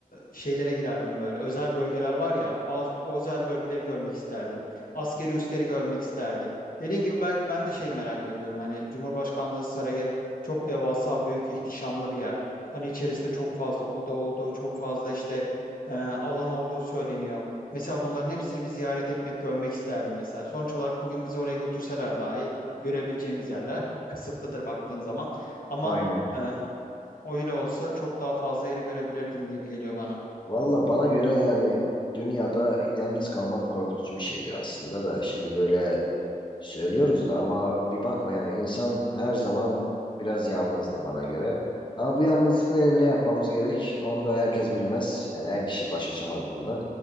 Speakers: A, on the left (about 70°); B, on the left (about 30°).
A: şeylere girerdim böyle. Özel bölgeler var ya. Bazı o özel bölgeleri görmek isterdim. Askeri üsleri görmek isterdim. Dediğin gibi belki ben de şeyi merak ediyorum. Hani Cumhurbaşkanlığı Sarayı çok devasa, büyük, ihtişamlı bir yer. Hani içerisinde çok fazla oda olduğu, çok fazla işte e, alan olduğu söyleniyor. Mesela bunların hepsini bir ziyaret etmek, görmek isterdim mesela. Sonuç olarak bugün bizi oraya götürseler dahi görebileceğimiz yerler <laughs> kısıtlıdır baktığın zaman. Ama
B: Aynen.
A: e, o olsa çok daha fazla yeri görebilirdin gibi geliyor bana.
B: Valla bana göre yani dünyada yalnız kalmak korkutucu bir şeydir aslında da şimdi böyle söylüyoruz da ama bir bakma yani insan her zaman biraz yalnızdır bana göre. Ama bu yalnızlıkla ne yapmamız gerek onu da herkes bilmez. Yani her kişi baş açamaz bununla.